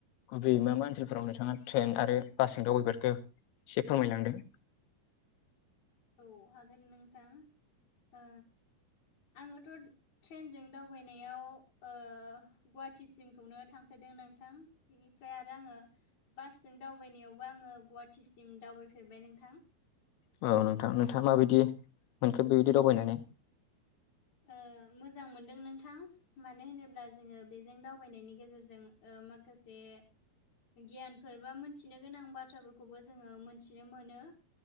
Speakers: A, on the left; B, on the left.
A: गुबैयै मा मा ओनसोलफोराव नोंथाङा ट्रेन आरो बासजों दावबायफेरखो एसे फोरमायलांदों।
B: औ हागोन नोंथां ओ आंङोथ' ट्रेनजों दावबायनायाव गुवाहाटिसिमखौनो थांफेरदों नोंथां। बेनिफ्राय आरो आङो बासजों दावबायनायावबो आङो गुवाहाटिसिम दावबायफेरबाय नोंथां।
A: औ नोंथां नोंथाङा माबायदि मोनखो बेबायदि दावबायनानै
B: ओ मोजां मोनदों नोंथां। मानो होनोब्ला जोङो बेजों दावबायनायनि गेजेरजों ओ माखासे गियानफोर बा मोनथिनो गोनां बाथ्राफोरखौबो जोङो मोनथिनो मोनो।